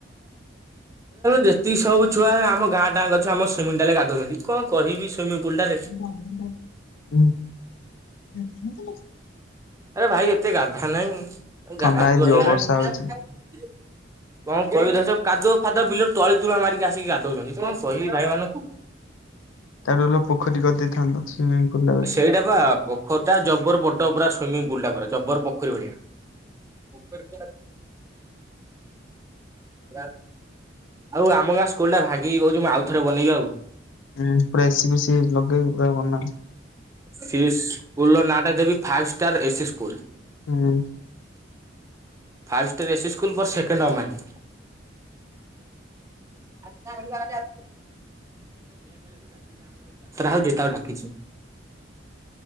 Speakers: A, on the right; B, on the left.
A: ଯେତିକି ସବୁ ଛୁଆ ଆମ ଗାଁ ଟା ଆଙ୍କ ଛୁଆ ଆମ ସୁମିଟାଲେ ଗାଧଉଛନ୍ତି କଣ କହିବି ସୁଇମିଙ୍ଗ୍ ପୁଲ୍ ଟାରେ।
B: <unintelligible>
A: ଆରେ ଭାଇ ଏତେ ଗାଧା ନାଇଁ ଗାଦୁଅ
B: ଥଣ୍ଡା ହେଇଯିବ
A: ହେଇଗଲାଣି।
B: ବର୍ଷା ହଉଛି
A: କଣ କହିବି ଦେଖ ସବୁ କାଦୁଅ ଫାଦୁଅ ବିଲରୁ ତଳି ତୁଳା ମାରିକି ଆସିକି ଗାଧଉଛନ୍ତି କଣ କହିବି ଭାଇ ମାନଙ୍କୁ।
B: ତାଠୁ ଭଲ ପୋଖରୀ କରିଦେଇଥାନ୍ତ। ସୁଇମିଂ ପୁଲ ହୁଁ
A: ସେଇଟା ବା ପୋ ପୋଖରିଟା ଜବର ବଡ ପୁରା ସୁମିଙ୍ଗ ପୁଲ ଟା ପୁରା ଜବର ପୋଖରୀ ଭଳିଆ। ରାତ ଆଉ ଆମ ଗାଁ ସ୍କୁଲ୍ ଟା ଭାଙ୍ଗିକି କହୁଛି ମୁଁ ଆଉଥରେ ବନେଇବି ଆଉ।
B: ହୁଁ ପୁରା ଏସିି ଫେସିି ଲଗେଇବି ପୁରା ବନା।
A: ସ ସ୍କୁଲର ନାଁଟା ଦେବି five star A C school.
B: ହୁଁ।
A: Five star A C school second ଅମେନ <unintelligible> ଯୋଉ ଯାତ୍ରା ହଉଛି ତାକୁ ଡାକିଛି।